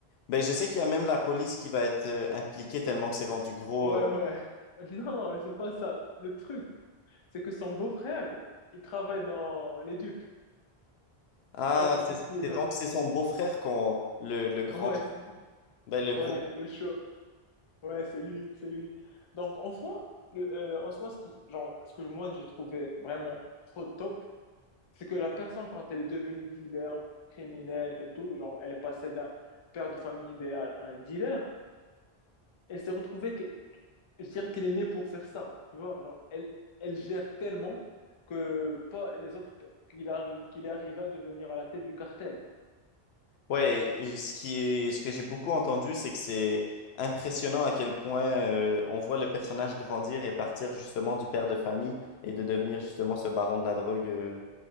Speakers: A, on the left; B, on the left.
A: Ben, je sais qu'il y a même la police qui va être euh, impliquée tellement que c'est rendu gros.
B: Ouais,
A: euh.
B: ouais. <laughs> Non, c'est pas ça. Le truc, c'est que son beau-frère, il travaille dans les dupes
A: Ah,
B: contre tout
A: c'est
B: ce qui est
A: c'est
B: d'or.
A: donc
B: <laughs>
A: c'est son beau-frère qu'on le, le grand
B: Ouais, ça-
A: ben, le
B: ouais,
A: gros
B: le show. Ouais, c'est lui, c'est lui. Donc, en soi, le, euh, en soi, ce qui, genre, ce que moi, j'ai trouvé vraiment trop top, c'est que la personne, quand elle est devenue dealer, criminelle et tout, genre, elle est passée d'un père de famille idéal à un dealer, elle s'est retrouvée, que, je dirais qu'elle est née pour faire ça, tu vois, genre, elle, elle gère tellement que pas les autres, qu'il arri- qu'il est arrivé à devenir à la tête du cartel.
A: Ouais, et ce qui est, ce que j'ai beaucoup entendu, c'est que c'est impressionnant à quel point euh, on voit le personnage grandir et partir justement du père de famille et de devenir justement ce baron de la drogue. euh.